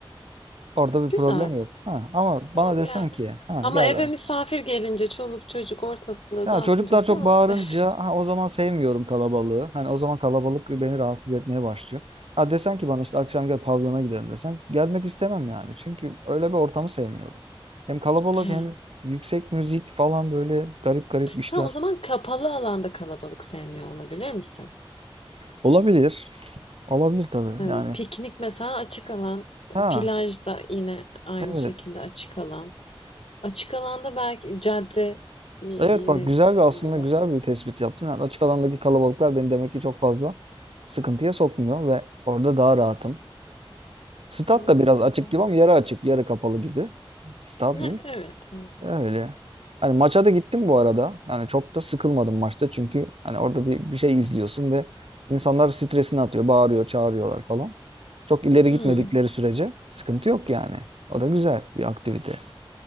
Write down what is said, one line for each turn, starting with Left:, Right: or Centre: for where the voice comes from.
Right: Orada bir
Left: güzel.
Right: problem yok. Ha, ama
Left: O,
Right: bana desen
Left: yani
Right: ki ha,
Left: Ama
Right: gel
Left: eve misafir gelince çoluk çocuk ortalığı
Right: Ya
Left: dağıtınca
Right: çocuklar
Left: falan
Right: çok
Left: onu
Right: bağırınca
Left: sevmiyorsun.
Right: ha, o zaman sevmiyorum kalabalığı. Hani o zaman kalabalık beni rahatsız etmeye başlıyor. Ha desen ki bana işte akşam gel pavyona gidelim desen gelmek istemem yani. Çünkü öyle bir ortamı sevmiyorum. Hem kalabalık
Left: <laughs> He.
Right: hem yüksek müzik falan böyle garip garip işler.
Left: Sen o zaman kapalı alanda kalabalık sevmiyor olabilir misin?
Right: Olabilir. Olabilir tabii
Left: Yani
Right: yani.
Left: piknik mesela açık alan,
Right: Ha
Left: plajda yine aynı
Right: evet.
Left: şekilde açık alan. Açık alanda belki cadde y-
Right: Evet
Left: yine
Right: bak güzel bir aslında
Left: öyle.
Right: güzel bir tespit yaptın. Yani açık alandaki kalabalıklar beni demek ki çok fazla sıkıntıya sokmuyor ve orada daha rahatım. Stat
Left: Hı,
Right: da biraz
Left: kapalı.
Right: açık gibi ama yarı açık, yarı kapalı gibi. Stadyum
Left: Ne- Evet. evet.
Right: öyle. Hani maça da gittim bu arada. Yani çok da sıkılmadım maçta çünkü hani orada bir, bir şey izliyorsun ve insanlar stresini atıyor, bağırıyor, çağırıyorlar falan. Çok ileri
Left: Hı,
Right: gitmedikleri sürece sıkıntı yok yani. O da güzel bir aktivite.